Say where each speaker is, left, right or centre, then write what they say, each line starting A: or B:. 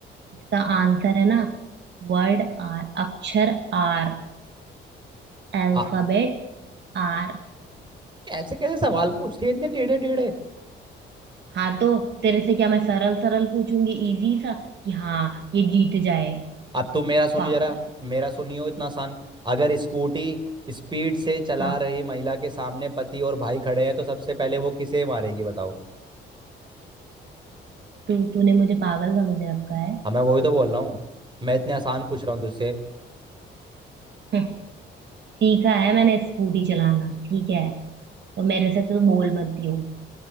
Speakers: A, on the right; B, on the right.
A: इसका आंसर है ना वर्ड आर अक्षर आर अल्फाबेट
B: आ,
A: आर
B: कैसे कैसे सवाल पूछती है इतने टेढ़े टेढ़े
A: हाँ तो तेरे से क्या मैं सरल सरल पूछूंगी इजी सा कि हाँ ये जीत जाए
B: अब तू मेरा सुनियो
A: पागल
B: जरा मेरा सुनियो इतना आसान अगर स्कूटी
A: अब पूछ-
B: स्पीड से चला
A: हाँ
B: रही महिला के सामने पति और भाई खड़े हैं तो सबसे पहले वो किसे मारेगी बताओ
A: तू तूने मुझे पागल समझ रखा है
B: हाँ मैं वही तो बोल रहा हूँ मैं इतने आसान पूछ रहा हूँ तुझसे
A: हम्म, सीखा है मैंने स्कूटी चलाना ठीक है तो मेरे से तो बोल मत दियो